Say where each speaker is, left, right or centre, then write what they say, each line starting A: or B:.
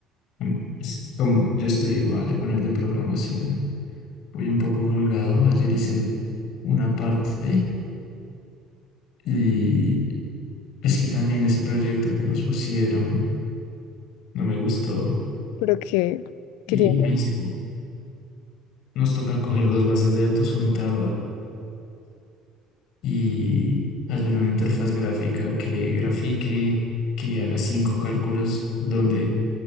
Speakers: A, on the left; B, on the left.
A: mm, es como yo estoy igual con el de programación. Voy un poco holgado. Ayer hice una parte y es que también ese proyecto que nos pusieron no me gustó
B: Pero que,
A: y
B: que tiene-
A: me dice, nos toca coger dos bases de datos, juntarlas y hacer una interfaz gráfica que grafique, que haga cinco cálculos donde